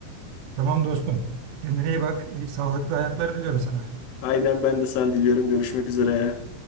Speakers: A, on the right (about 80°); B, on the left (about 85°).
A: Tamam dostum. Kendine iyi bak. İyi, sağlıklı hayatlar diliyorum sana.
B: Aynen ben de sana diliyorum. Görüşmek üzere.